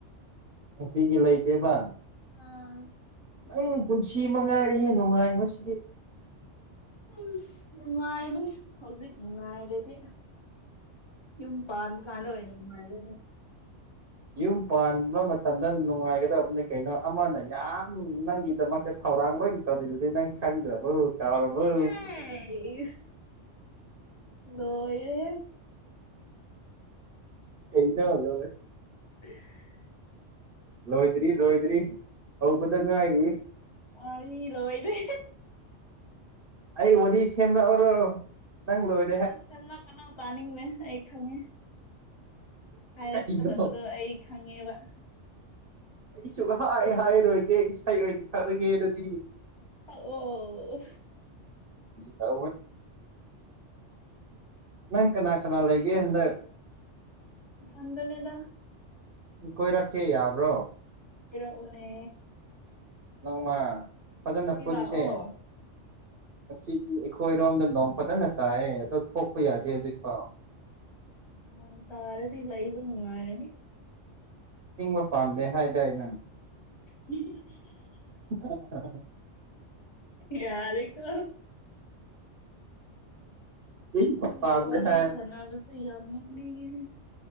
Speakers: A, on the right (about 50°); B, on the left (about 25°).
A: ꯅꯨꯡꯇꯤꯒꯤ ꯂꯩꯇꯦꯕ
B: ꯑꯥ
A: ꯅꯪ ꯄꯨꯟꯁꯤ ꯃꯉꯥꯏꯔꯦ ꯍꯦ ꯅꯨꯡꯉꯥꯏ ꯃꯁꯤꯗꯤ
B: ꯎꯝ ꯅꯨꯡꯉꯥꯏꯕꯅꯦ ꯍꯧꯖꯤꯛ ꯅꯨꯡꯉꯥꯏꯔꯗꯤ ꯌꯨꯝ ꯄꯥꯔ ꯀꯥꯟꯗꯅ ꯃꯥꯥꯏ
A: ꯌꯨꯝ ꯄꯥꯟꯕ ꯃꯇꯝꯗ ꯅꯨꯡꯉꯥꯏꯒꯗꯕꯅꯤ ꯀꯩꯅꯣ ꯑꯃꯅ ꯌꯥꯝ ꯅꯪꯒꯤꯗꯃꯛ ꯊꯧꯔꯥꯡ ꯂꯣꯏ ꯇꯧꯔꯤꯗꯨꯗꯤ ꯅꯪ ꯈꯪꯗ꯭ꯔꯕꯨ ꯀꯧꯕꯨ
B: ꯑꯦꯁ ꯂꯣꯏꯔꯦꯍꯦ
A: ꯀꯩꯅꯣ ꯂꯣꯏꯔꯦ
B: <unintelligible>
A: ꯂꯣꯏꯗ꯭ꯔꯤ ꯂꯣꯏꯗ꯭ꯔꯤ ꯍꯧꯕꯗ ꯉꯥꯏꯔꯤ
B: ꯋꯥꯔꯤ ꯂꯣꯏꯔꯦ
A: ꯑꯩ ꯕꯣꯗꯤ ꯁꯦꯝꯂꯛꯑꯣꯔꯣ ꯅꯪ ꯂꯣꯏ
B: ꯑꯁ ꯁꯦꯝꯂꯛꯀꯅꯣ ꯇꯅꯤꯡꯗꯦ ꯑꯩ ꯈꯪꯉꯦ ꯍꯥꯏꯔꯛꯀꯗꯕꯗꯣ
A: ꯀꯩꯅꯣ
B: ꯑꯩ ꯈꯪꯉꯦꯕ
A: ꯑꯩ ꯁꯨꯛꯍꯥꯏ ꯍꯥꯏꯔꯣꯏꯒꯦ ꯏꯁꯩ ꯑꯣꯏꯅ ꯁꯛꯂꯒꯦ ꯑꯗꯨꯗꯤ
B: ꯑꯣ
A: ꯊ ꯅꯪ ꯀꯅꯥ ꯀꯅꯥ ꯂꯩꯒꯦ ꯍꯗꯪ
B: ꯢꯊꯟꯗꯅꯦꯗ
A: ꯀꯣꯏꯔꯛꯀꯦ ꯌꯥꯕ꯭ꯔꯣ
B: ꯀꯣꯏꯔꯛꯎꯅꯦ
A: ꯅꯣꯡꯃ ꯐꯖꯅ ꯄꯨꯟꯁꯦ
B: ꯂꯥꯛꯑꯣ
A: ꯉꯁꯤꯗꯤ ꯑꯩꯈꯣꯏꯔꯣꯝꯗ ꯅꯣꯡ ꯐꯖꯅ ꯇꯥꯏꯑ ꯑꯗꯣ ꯊꯣꯛꯄ ꯌꯥꯗꯦ ꯍꯧꯖꯤꯛꯐꯥꯎ
B: ꯅꯣꯡ ꯇꯥꯔꯗꯤ ꯂꯩꯕ ꯅꯨꯉꯥꯏꯔꯅꯤ
A: ꯏꯪꯕ ꯄꯥꯝꯗꯦ ꯍꯥꯏꯗꯥꯏ ꯅꯪ
B: <unintelligible>
A: <unintelligible>
B: ꯌꯥꯔꯦꯀꯣ
A: ꯏꯪꯕ
B: ꯅꯪꯒꯥ
A: ꯄꯥꯝꯗꯦ
B: ꯋꯥꯔꯤ
A: ꯍꯥꯏ
B: ꯁꯥꯟꯅꯕꯁꯦ ꯌꯥꯝ ꯅꯣꯛꯅꯤꯡꯉꯤꯍꯦ